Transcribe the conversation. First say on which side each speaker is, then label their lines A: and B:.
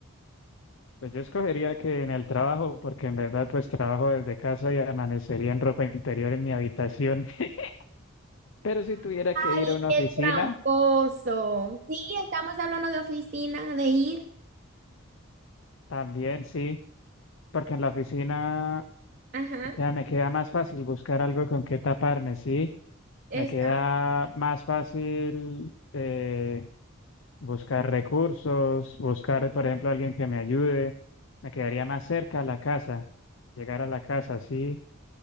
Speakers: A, on the left; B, on the right.
A: Pues yo escogería que en el trabajo, porque en verdad pues trabajo desde casa y amanecería en ropa interior en mi habitación. <laughs> Pero si tuviera que ir
B: Ay,
A: a una
B: qué
A: oficina,
B: tramposo. Sí, estamos hablando de oficina, de ir.
A: también sí, porque en la oficina,
B: Ajá,
A: o sea, me queda más fácil buscar algo con qué taparme, sí,
B: está.
A: me queda más fácil eh, buscar recursos, buscar, por ejemplo, alguien que me ayude. Me quedaría más cerca a la casa, llegar a la casa, sí.